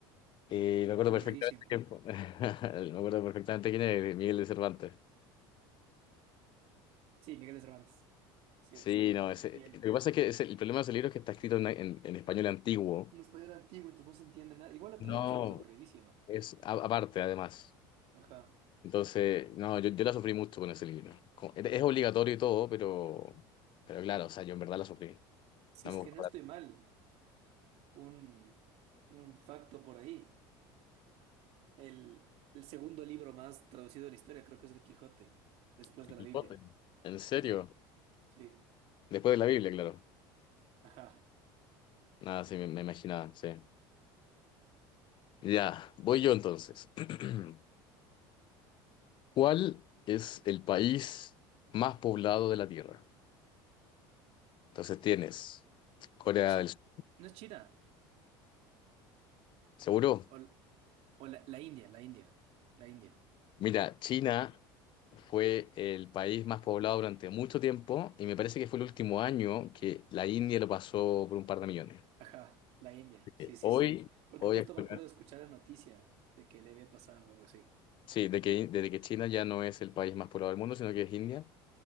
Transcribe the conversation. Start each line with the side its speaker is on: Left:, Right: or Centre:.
Left: Y me acuerdo
Right: Aburridísimo.
Left: perfectamente quién fue. <laughs> Me acuerdo perfectamente quién es Miguel de Cervantes.
Right: Sí, Miguel de Cervantes. Sí,
Left: Sí, no, ese,
Right: bien.
Left: lo que pasa es que ese- el problema de ese libro es que está escrito en, en en español antiguo.
Right: Un español antiguo, entonces no se entiende nada. Igual la
Left: No,
Right: traducción es aburridísima.
Left: Es a- aparte, además.
Right: Ajá.
Left: Entonces, no, yo, yo la sufrí mucho con ese libro. Co- Es es obligatorio y todo, pero, pero claro, o sea, yo en verdad la sufrí.
Right: Si
Left: No
Right: es
Left: me
Right: que
Left: gustó
Right: no
Left: para
Right: estoy mal, un, un facto por ahí. El, el segundo libro más traducido de la historia creo que es el Quijote, después
Left: el
Right: de
Left: Quijote.
Right: la Biblia.
Left: <laughs> ¿En serio?
Right: Sí, sí,
Left: Después de la Biblia, claro.
Right: ajá.
Left: Nada, sí, me, me imaginaba, sí. Ya, voy yo entonces. <clears throat> ¿Cuál es el país más poblado de la Tierra? Entonces tienes Corea
Right: Chi,
Left: del Sur.
Right: no es China,
Left: ¿Seguro?
Right: o, o la, la India, la India, la India.
Left: Mira, China fue el país más poblado durante mucho tiempo y me parece que fue el último año que la India lo pasó por un par de millones.
Right: Ajá, la India, sí,
Left: Así
Right: sí,
Left: Hoy,
Right: sí. Porque
Left: hoy
Right: justo
Left: actualmente-
Right: me acuerdo de escuchar la noticia de que le había pasado algo así.
Left: sí, de que, desde que China ya no es el país más poblado del mundo, sino que es India.